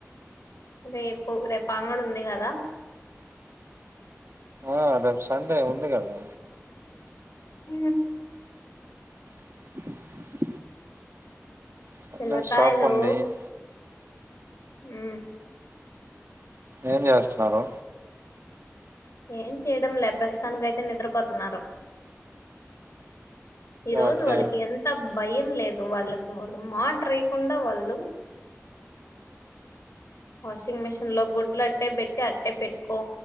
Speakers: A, on the left (about 75°); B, on the right (about 55°).
A: రేపు రేపు అంగడి ఉంది కదా
B: ఆ రేపు సండే ఉంది కదా
A: హ
B: <inaudible> సండే
A: పిల్లకాయలు
B: షాపుంది <inaudible>
A: ఉమ్
B: ఏం చేస్తున్నారు
A: ఏం చేయడం లే ప్రస్తుతానికి అయితే నిద్రపోతున్నారు ఈ రోజు
B: ఓకే
A: వాళ్ళకి ఎంత భయం లేదు వాళ్ళకి మాట్ రే కుండా వాళ్ళు వాషింగ్ మిషిన్ లో గుడ్లు అట్టే పెట్టి అట్టే పెట్టుకో